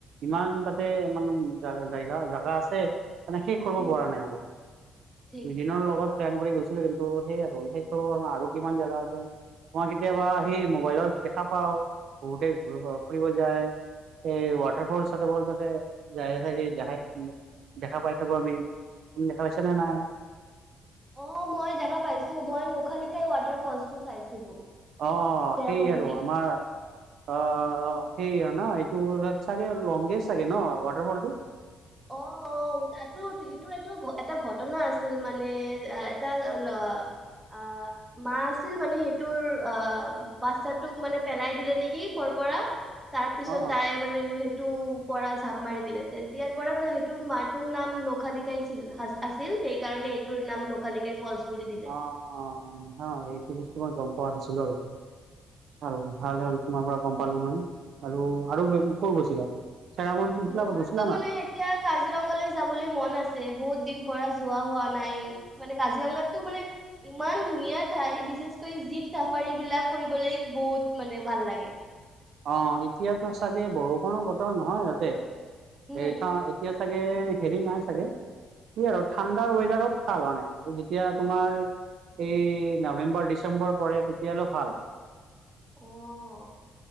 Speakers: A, on the right; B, on the right.
A: ইমান তাতে মানে জেগা, জেগা আছে, মানে শেষ কৰিব
B: উম
A: পৰা নাই আৰু
B: ঠিক
A: দুইদিনৰ লগত প্লেন কৰি গৈছিলো, কিন্তু সেই আৰু সেইটো আৰু কিমান জেগা আছে ম কেতিয়াবা সেই মোবাইলত দেখা পাওঁ, বহুতে ফুৰিব যায়। এই ৱাটাৰ ফল সুৱাটাৰ ফল ততে যায়ে থাকে, দেখাই দেখা পাই থাকো আমি। তুমি দেখা পাইছা নে নাই?
B: অ', মই দেখা পাইছো, মই নোখালিখাই ৱাটাৰ ফলচটো চাইছিলো।
A: অ', অ',
B: চেৰাপুঞ্জী
A: সেই আৰু আমাৰ অ' সেইয়া ন' এইটো চাগে লংগেষ্ট চাগে ন' ৱাটাৰফল টো?
B: অ', অ', তাতো সেইটোৰ এটো এটা ঘটনা আছে। ছিল মানে এটা ল অ', মা আছিল মানে সেইটোৰ অ', বাচ্ছাটোক মানে পেলাই দিলে নেকি, কৰ পৰা, তাৰ পিছত
A: অ
B: তাই মানে সেইটো পৰা জাপ মাৰি দিলে, তেতি পৰা মানে সেইটোৰ মাটোৰ নাম নখালিকাই আছিল, আছিল সেইকাৰণে এইটোৰ নাম নখালিকাই ফলচ বুলি দিলে।
A: অ', হা, এইটো বস্তু মই গম পোৱা নাছিলো। বাৰু ভাল হ'ল, তোমাৰ পৰা গম পালো মই আৰু আৰু ক'ত গৈছিলা? চেৰাপুঞ্জী সেইফালে
B: মোৰতো
A: ক'ত গৈছিলা
B: মানে
A: নাই?
B: এতিয়া কাজিৰঙালৈ যাবলৈ মন আছে, বহুত দিন পৰা যোৱা হোৱা নাই, মানে কাজিৰঙাতো মানে ইমান ধুনীয়া ঠাই বিশেষকৈ জীৱ চাফ বিলাক কৰিবলৈ বহুত মানে ভাল লাগে।
A: অ', এতিয়াতো চাগে বৰষুণৰ বতৰ নহয় ইহঁতে
B: উম।
A: এই এতিয়া চাগে হেৰি নাই চাগে কি আৰু ঠাণ্ডাৰ ৱেডাৰত ভাল মানে, যেতিয়া তোমাৰ এই নৱেম্বৰ, ডিচেম্বৰ পৰে তেতিয়া হ'লে ভাল।
B: অ'।